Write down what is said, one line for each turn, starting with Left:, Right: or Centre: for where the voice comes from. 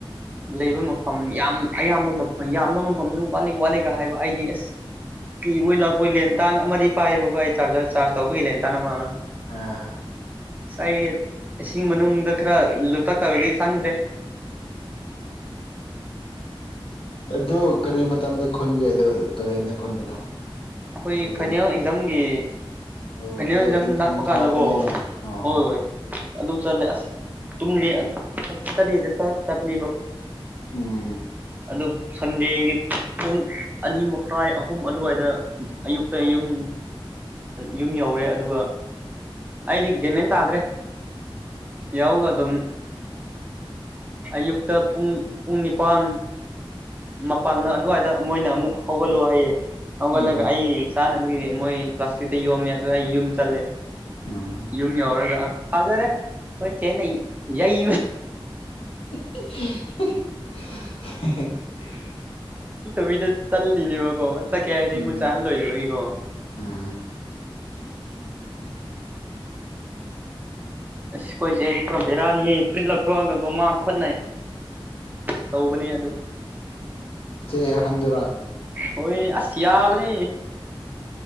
Right: ꯂꯩꯕ ꯃꯐꯝ ꯌꯥꯝ ꯑꯌꯥꯝꯕ ꯃꯐꯝ ꯌꯥꯝꯕ ꯃꯐꯝꯗꯨ ꯋꯥꯠꯂꯤ ꯋꯥꯠꯂꯤꯒ ꯍꯥꯏꯕ ꯑꯩꯗꯤ ꯑꯁ ꯀꯤ ꯑꯣꯏꯅ ꯑꯩꯈꯣꯏ ꯂꯦꯟꯇꯥꯟ ꯑꯃꯗꯤ ꯄꯥꯏꯕꯨꯀ ꯑꯩ ꯆꯥꯖꯔ ꯆꯥꯔꯖ ꯇꯧꯕꯧꯕꯒ ꯇꯅꯃ
Left: ꯑꯥ
Right: ꯁ ꯑꯩ ꯏꯁꯤꯡ ꯃꯅꯨꯡꯗ ꯈꯔ ꯂꯣꯛꯇꯥꯛ ꯇꯕꯗꯤ ꯆꯪꯗ꯭ꯔꯦ
Left: ꯑꯗꯨ ꯀꯔꯤ ꯃꯇꯝꯗ ꯈꯨꯟꯒꯦ ꯑꯗꯣ ꯇꯨꯔꯦꯟꯗ ꯈꯨꯟꯕꯗꯣ
Right: ꯑꯩꯈꯣꯏ
Left: ꯍꯥꯏꯗꯤ
Right: ꯐꯥꯏꯅꯦꯜ ꯑꯦꯛꯖꯥꯝꯒꯤ
Left: ꯑꯣ
Right: ꯐꯅꯦꯛꯖꯝ
Left: ꯑꯗꯣ ꯏꯪꯊꯝ
Right: ꯅꯛꯄ
Left: ꯊꯥꯗꯅꯤꯅꯦ
Right: ꯀꯥꯟꯗꯀꯣ
Left: ꯑꯣ
Right: ꯍꯣꯏ ꯍꯣꯏ ꯑꯗꯨ ꯆꯠꯂꯦ ꯑꯁ ꯇꯗꯤ ꯀ ꯆ ꯆꯠꯅꯤ
Left: ꯎꯝ
Right: ꯑꯗꯨ ꯁꯟꯗꯦꯒꯤ ꯄꯨꯡ ꯑꯅꯤ ꯃꯈꯥꯏ ꯑꯍꯨꯝ ꯑꯗꯨꯋꯥꯏꯗ ꯑꯌꯨꯛꯇ ꯌꯨꯝ ꯌꯨꯝ ꯌꯧꯔꯦ ꯑꯗꯨꯒ ꯑꯩꯗꯤ ꯖꯦꯃꯦꯟ ꯇꯥꯗ꯭ꯔꯦ ꯌꯥꯎꯒ ꯑꯗꯨꯝ ꯑꯌꯨꯛꯇ ꯄꯨꯡ ꯄꯨꯡ ꯅꯤꯄꯥꯟ ꯃꯄꯥꯟꯅ ꯑꯗꯨꯋꯥꯏꯗ ꯃꯣꯏꯅ ꯑꯃꯨꯛ ꯍꯧꯒꯠꯂꯨ ꯍꯥꯏꯌꯦ ꯍꯧꯒꯠꯂꯒ
Left: ꯎꯝ
Right: ꯑꯩ ꯆꯥꯅꯕꯒꯤ ꯃꯣꯏ ꯄ꯭ꯂꯥꯁꯇꯤꯛꯇ ꯌꯣꯝꯃꯦ ꯑꯗꯨ ꯑꯩ ꯌꯨꯝ ꯆꯜꯂꯦ
Left: ꯑꯣ
Right: ꯌꯃꯤ ꯌꯥꯎꯔꯒ ꯍꯖꯔꯦ ꯍꯣꯏꯁꯦ ꯅ ꯌꯏ
Left: <unintelligible>
Right: ꯃꯤꯗ ꯆꯜꯂꯤꯅꯦꯕ ꯀꯣ ꯆꯠꯀꯦ ꯍꯥꯏꯔ
Left: ꯎꯝ
Right: ꯃꯣꯏ ꯆꯥꯍꯜꯂꯣꯏꯗꯕꯒꯤꯀꯣ
Left: ꯎꯝ
Right: ꯑ ꯀꯣꯏꯁꯦ ꯑꯩꯗꯤ ꯄꯨꯔꯥ ꯕꯦꯔꯥꯅꯤ ꯐꯨꯔꯤꯠ ꯂꯧꯊꯣꯛꯑꯒꯀꯣ ꯃꯥ ꯈꯣꯠꯅꯩ ꯇꯧꯕꯅꯤ
Left: ꯆꯦ ꯍꯟꯗꯨꯔꯥ
Right: ꯍꯣꯏꯅꯤ ꯍꯁꯤ ꯌꯥꯕꯅꯤ